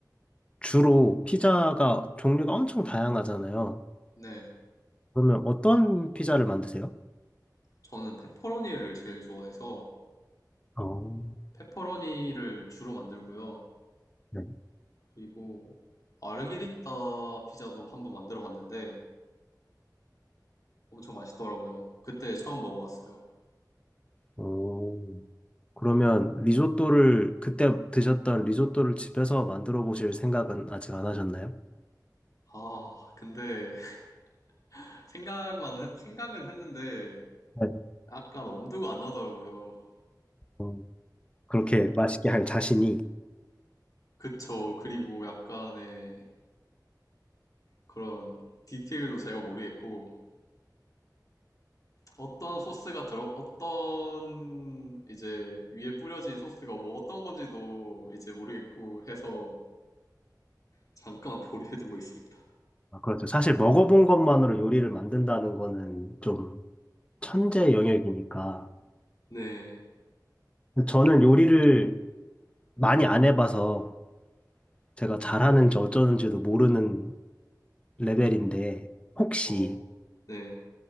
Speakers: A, on the left; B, on the left.
A: 주로 피자가 종류가 엄청 다양하잖아요.
B: 네.
A: 그러면 어떤 피자를 만드세요?
B: 저는 페퍼로니를 제일 좋아해서
A: 어,
B: 페퍼로니를 주로 만들고요.
A: 네.
B: 그리고 마르게리따 피자도 한번 만들어 봤는데 엄청 맛있더라고요. 그때 처음 먹어봤어요.
A: 오, 그러면 리조또를 그때 드셨던 리조또를 집에서 만들어 보실 생각은 아직 안 하셨나요?
B: 아, 근데 <laughs> 생각만, 생각은 했는데
A: 네.
B: 약간 엄두가 안 나더라고요.
A: 어, 그렇게 맛있게 할 자신이
B: 그쵸. 그리고 약간의 그런 디테일도 제가 모르겠고, 어떤 소스가 들어, 어떤 이제 위에 뿌려진 소스가 뭐 어떤 건지도 이제 모르겠고 해서 잠깐 <laughs> 보류해두고 있습니다.
A: 아, 그렇죠. 사실 먹어본 것만으로 요리를 만든다는 거는 좀 천재 영역이니까.
B: 네.
A: 저는 요리를 많이 안 해봐서 제가 잘하는지 어쩌는지도 모르는 레벨인데, 혹시
B: 어, 네.